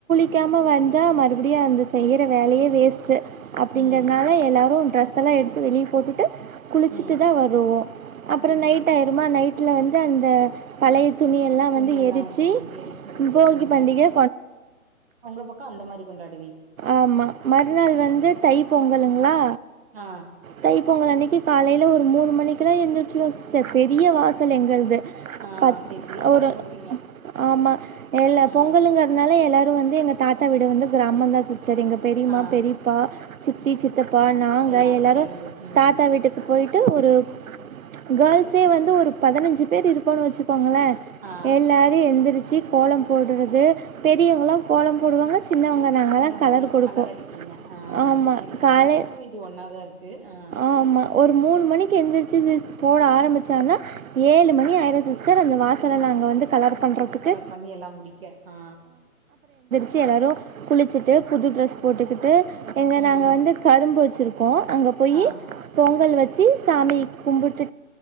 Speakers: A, on the right; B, on the right.
A: <unintelligible> வந்தா மறுபடியும் அந்த செய்யற வேலையே வேஸ் ச அப்படிங்கறனால
B: ம்
A: எல்லாரும் ட்ரெஸ்ட் ல்லாம் எடுத்து வெளியே போட்டுட்டு குளிச்சிட்டு
B: ம்
A: தான் வருவோம் அப்புறம்
B: ம்
A: நைட் ஆயிரிருமா நைட் ல வந்து அந்த பழைய துணியெல்லாம்
B: துணியெல்லா
A: வந்து எரித்து
B: இது பண்ணி எரிச்சடுறது
A: போகி
B: ம்
A: பண்டிகை
B: உங்க பக்கம் அந்த மாரி கொண்டாடி
A: ஆமா மறுநாள் வந்து தை பொங்கலுங்களா
B: ஆ
A: தைப்பொங்கல் அன்னைக்கு காலையில ஒரு மூணு மணிக்கு த எந்திரிசிருவோ <unintelligible> பெரிய வாச ல் எங்கள்து
B: ஆ
A: ப
B: பேத்திய
A: ஒரு
B: கோலம் போடுவீங்க
A: ஆமா எல்ல
B: ஆ
A: பொங்கலுங்கிறனால எல்லாரும் வந்து எங்க தாத்தா வீடு வந்து கிராமந்த <unintelligible> சரிங்க பெரிம்மா
B: ஆ
A: பெரிப்பா சித்தி சித்தப்பா நாங்க
B: எல்லாரு
A: எல்லாரும்
B: சேந்து ம்
A: தாத்தா வீட்டுக்கு போயிட் ட்டூ ஒரு கேள்ஸே வந்து ஒரு பதினஞ்சு பேர் இருப்பொனு வச்சு <unintelligible>
B: ஆ
A: எல்லாரும் எந்திரிச்சி கோலம் போடுறது பெரியவங்கலா கோலம் போடுவாங்க சின்னவங்க நாங்கலாம்
B: சின்னவங்கள
A: கொடுப்போம்.
B: கலர் அடிப்பீங்க அ
A: ஆமா.
B: இது
A: காலை
B: எல்லா பக்கமும் இது ஒன்னாதான் இருக்கு அ
A: ஆமா. ஒரு மூணு மணிக்கு எழுந்திரிச்சி சிஸ் போட ஆரம்பிச்சோம்னா ஏழு மணி ஆயிரும் சிஸ்டர் அந்த வாசலை நாங்க வந்து கலர் பண்றதுக்கு.
B: கலர் பண்ணி எல்லாம் முடிக்க ஆ
A: சி எல்லாரு குளிச்சுட்டு புது டிரஸ் போட்டுக்கிட்டு எங்க
B: ம்
A: நாங்க வந்து கரும்புச்சு போ அங்க போயி
B: ஆ
A: பொங்கல் வச்சி சாமி கும்புட்